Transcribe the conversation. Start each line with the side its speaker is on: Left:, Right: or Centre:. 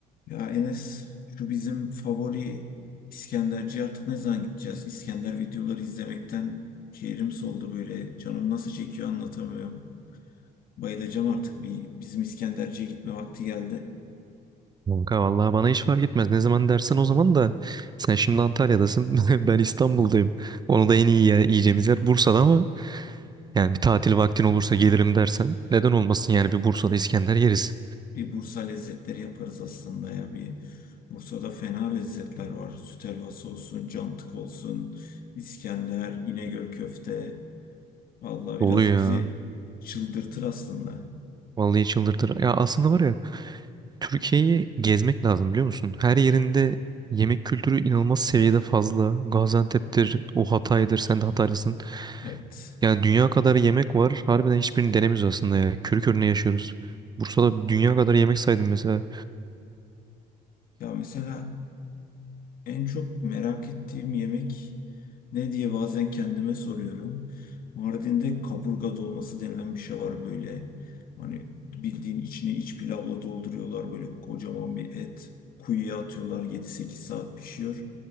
Left: Ya Enes şu bizim favori İskenderci artık ne zaman gideceğiz? İskender videoları izlemekten ciğerim soldu böyle. Canım nasıl çekiyor anlatamıyorum. Bayılacağım artık bir bizim İskenderci'ye gitme vakti geldi.
Right: Kanka vallahi bana hiç fark etmez. Ne zaman dersen o zaman da sen şimdi Antalya'dasın. <laughs> Ben İstanbul'dayım. Onu da en iyi ye- yiyeceğimiz yer Bursa'da ama yani bir tatil vaktin olursa gelirim dersen neden olmasın yani bir Bursa'da İskender yeriz.
Left: Bir Bursa lezzetleri yaparız aslında ya. Bir Bursa'da fena lezzetler var. Süt helvası olsun, cantık olsun, İskender, İnegöl köfte. Vallahi
Right: Oluyor
Left: biraz bizi
Right: ya.
Left: çıldırtır aslında.
Right: Vallahi çıldırtır. Ya aslında var ya Türkiye'yi gezmek lazım biliyor musun? Her yerinde yemek kültürü inanılmaz seviyede fazla. Gaziantep'tir, o Hatay'dır, sen de Hataylısın.
Left: Evet.
Right: Yani dünya kadar yemek var. Harbiden hiçbirini denemiyoruz aslında ya. Körü körüne yaşıyoruz. Bursa'da dünya kadar yemek saydım mesela.
Left: Ya mesela en çok merak ettiğim yemek Ne diye bazen kendime soruyorum. Mardin'de kaburga dolması denilen bir şey var böyle. Hani bildiğin içini iç pilavla dolduruyorlar. Böyle kocaman bir et. Kuyuya atıyorlar. yedi sekiz saat pişiyor.